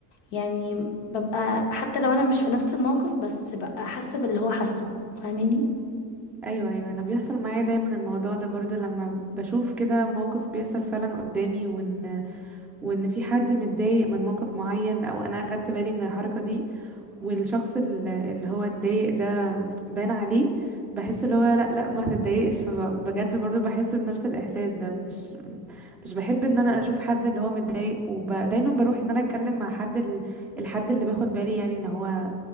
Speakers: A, on the left; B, in the centre.
A: يعني ببقى حتى لو انا مش في نفس الموقف بس ببقى حاسه باللي هو حاسه فاهماني
B: ايوه ايوه انا بيحصل معايا دايما الموضوع ده برضو لما بشوف كده موقف بيحصل فعلا قدامي وان وان في حد متضايق من موقف معين او انا اخدت بالي من الحركه دي والشخص ال- اللي هو اتضايق ده بان عليه بحس اللي هو لا لا ما تتضايقش فبجد برضو بحس بنفس الاحساس ده مش مش بحب ان انا اشوف حد اللي هو متضايق ودايما بروح ان انا اتكلم مع حد ال... الحد اللي باخد بالي يعني ان هو